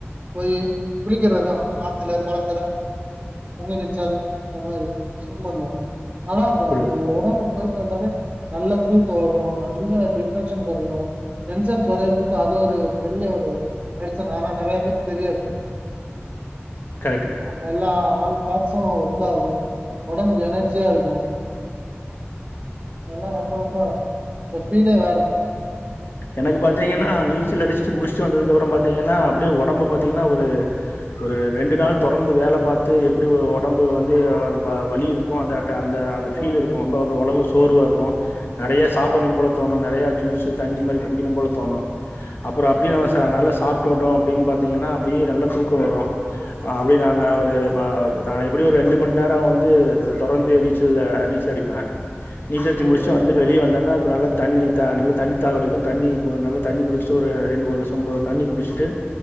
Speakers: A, on the right; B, on the left.
A: போயி குளிக்கர்தா ஆத்துல கொளத்துல <unintelligible> நீச்சல் அந்த மாரி ஸ்விம் பண்வோ நல்லா இருக்கு
B: புரியுது
A: அது ஒடம்பு போயிட்டு வந்தோனே நல்ல தூக்க வரு நல்ல டிப்ரெக்ஷன் குறையு டென்ஷன் கொறையறதுக்கு அது ஒரு பெரிய ஒரு மெடிஷன் ஆனா நெறைய பேருக்கு தெரியாது
B: கரெக்ட்டு
A: நல்லா ஆள் பாட்ஸ்ஸூ ஒர்க் ஆகு ஒடம்புக்கு எனர்ஜியா இருக்கு அதல்லா ரொம்ப ரொம்ப அந்த ஸ்பீடே வேற
B: எனக்கு பாத்தீங்கனா
A: மீன பொறுத்தளவு
B: நீச்சல் அடிச்சிட்டு முடிச்சு வந்ததுக்கு அப்புறோ பாத்தீங்கனா அப்டியே ஒடம்ப பாத்தீங்கனா ஒரு ஒரு ரெண்டு நாள் தொடர்ந்து வேல பாத்து எப்டி ஒரு ஒடம்பு வந்து வலி இருக்கு அந்த டே அந்த அது ஃபீல்
A: ஓகே
B: இருக்கு ரொம்ப அ ஒறழவு சோர்வாருக்கோ நெறைய சாப்படணு போல தோணு நெறைய ஜூஸீ தண்ணி மாரி குடிக்கணு போல தோணு அப்புறோ அப்டியே நம்ம அ நல்லா சாப்டுட்டோ அப்டின்னு பாத்தீங்கனா அப்டியே நல்லா தூக்க வரு அப்டியே நாங்க ஒரு மா ஒரு அ எப்டியு ஒரு ரெண்டு மண்ணேரம் வந்து தொடர்ந்து நீச்சல் நீச்சல் அடிப்பே நீச்சலடிச்சி முடிச்சு
A: டூ ஹவர்ஸ்
B: வந்து
A: பர்ஸ்
B: வெளிய வந்தானா நல்லா தண்ணி நல்ல தண்ணி தாகடிக்கு தண்ணி ஒரு நல்லா தண்ணி குடிச்ட்டு ஒரு இன்னு ஒரு சொம்பு தண்ணி குடிச்ட்டு